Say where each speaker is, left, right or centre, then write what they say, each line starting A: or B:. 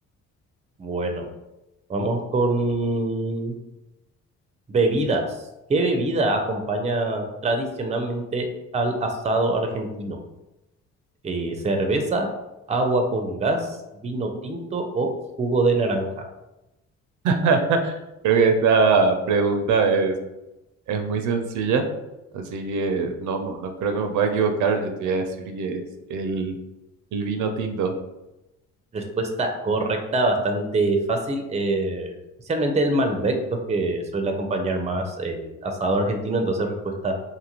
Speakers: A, on the right; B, on the right.
A: Bueno, vamos con bebidas. ¿Qué bebida acompaña tradicionalmente al asado argentino? eh, cerveza, agua con gas, vino tinto o jugo de naranja.
B: <laughs> Creo que esta pregunta es, es muy sencilla, así que no, no, no creo que me pueda equivocar. Yo te voy a decir que es el, el vino tinto.
A: Respuesta correcta, bastante fácil. eh, especialmente el Malbec, los que suele acompañar más el asado argentino. Entonces, respuesta